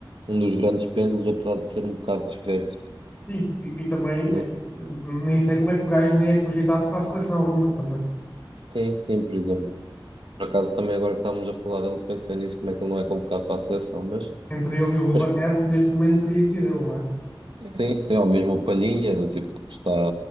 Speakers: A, on the right; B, on the left.
A: um dos grandes pêndulos, apesar de ser um bocado discreto,
B: Sim, e, e também
A: não?
B: eh, nem sei como é que o gajo nem é cogitado para a seleção, nunca também.
A: Sim, sim, por exemplo. Por acaso, também agora que estávamos a falar dele, pensei nisso, como é que ele não é convocado para a seleção, mas,
B: Entre ele e o Ruben
A: mas
B: Neves, neste momento teria que ir ele, não é?
A: sim, sim, ao mesmo o Palhinha, do tipo que está,